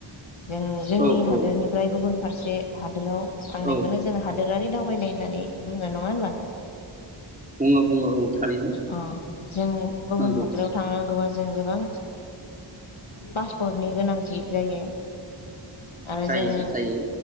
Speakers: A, on the left; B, on the right.
A: <unintelligible> जों
B: औ
A: जोंनि हादोरनिफ्राय
B: औ
A: गुबुन फारसे हादोराव थांनायखौनो
B: औ
A: जों हा दोरारि दावबायनाय होननानै बुङो नङा होनबा
B: बुङो बुङो औ थारैनो
A: अ जों गुबुन
B: नंगौ
A: हादोराव थांनांगौबा जों गोबां पासपर्टनि गोनांथि जायो आरो
B: जायो
A: जोङो
B: जायो